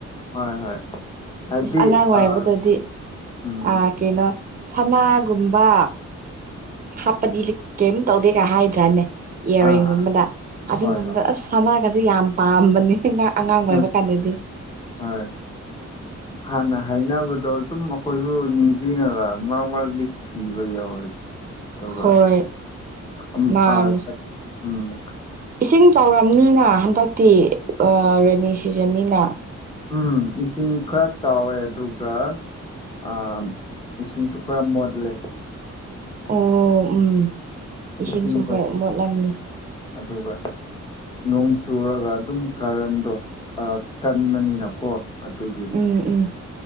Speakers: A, on the left; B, on the right.
A: ꯍꯣꯏ ꯍꯣꯏ ꯍꯥꯏꯗꯤ
B: ꯏꯁꯁ ꯑꯉꯥꯡ ꯑꯣꯏꯕꯗꯗꯤ
A: ꯑꯥ ꯎꯝ
B: ꯑꯥ ꯀꯩꯅꯣ ꯁꯅꯥꯒꯨꯝꯕ ꯍꯥꯞꯄꯗꯤ ꯀꯩꯝ ꯇꯧꯗꯦꯒ ꯍꯥꯏꯗ꯭ꯔꯥꯅꯦ ꯏꯌꯥꯔꯔꯤꯡꯒꯨꯝꯕꯗ
A: ꯑꯥ ꯑꯥ
B: ꯑꯗꯨꯒꯨꯝꯕꯗ
A: ꯍꯣꯏ ꯍꯣꯏ
B: ꯑꯁ ꯁꯅꯥꯒꯁꯦ ꯌꯥꯝ ꯄꯥꯝꯕꯅꯤ ꯑꯉꯥꯡ ꯑꯣꯏꯕ
A: ꯎꯝ
B: ꯀꯥꯟꯗꯗꯤ
A: ꯍꯣꯏ <inaudible> ꯍꯥꯟꯅ ꯍꯥꯏꯅꯕꯗꯣ ꯑꯗꯨꯝ ꯑꯩꯈꯣꯏꯁꯨ ꯅꯤꯡꯁꯤꯡꯉꯒ ꯃꯔꯛ ꯃꯔꯛꯇꯗꯤ ꯀꯤꯕ ꯌꯥꯎꯋꯦ ꯑꯗꯨꯒ
B: ꯍꯣꯏ
A: ꯎꯃ
B: ꯃꯥꯅꯦ
A: ꯑꯥ ꯎꯃꯝ
B: ꯏꯁꯤꯡ ꯆꯥꯎꯔꯝꯅꯤꯅ ꯍꯟꯗꯛꯇꯤ ꯑꯥ ꯔꯦꯅꯤ ꯁꯤꯖꯟꯅꯤꯅ
A: ꯎꯝ ꯏꯁꯤꯡ ꯈꯔ ꯆꯥꯎꯋꯦ ꯑꯗꯨꯒ ꯑꯥ ꯏꯁꯤꯡꯁꯨ ꯈꯔ ꯃꯣꯠꯂꯦ
B: ꯑꯣ ꯎꯝ ꯏꯁꯤꯡꯁꯨ
A: ꯏꯁꯤꯡꯗꯣ
B: ꯍꯣꯏ ꯃꯣꯠꯂꯝꯅꯤ
A: ꯑꯗꯨꯒ ꯅꯣꯡ ꯆꯨꯔꯒ ꯑꯗꯨꯝ ꯀꯥꯔꯟꯗꯣ ꯀꯟꯕꯅꯤꯅꯀꯣ ꯑꯗꯨꯒꯤ
B: ꯎꯝ ꯎꯝ